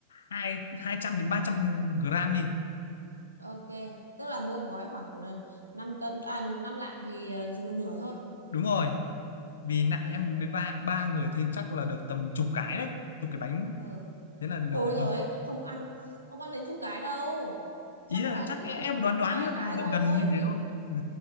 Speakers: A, on the left (about 65°); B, on the right (about 80°).
A: hai 200 đến 300 gram đi
B: ok tức là mua một gói khoảng ờ, 5 cân à 5 lạng thì ờ, dùng một nửa thôi
A: đúng rồi vì nặng
B: ok
A: em mới ba ba người thì chắc là được tầm chục cái đấy chục cái bánh
B: ờ
A: thế là được
B: ôi
A: rồi
B: rồi không ăn không ăn đến chục cái đâu chắc
A: ý là
B: là
A: chắc
B: chỉ ăn
A: e- em
B: khoảng
A: đoán đoán
B: hai
A: là
B: cái
A: gần
B: thôi
A: gần như thế thôi ừ.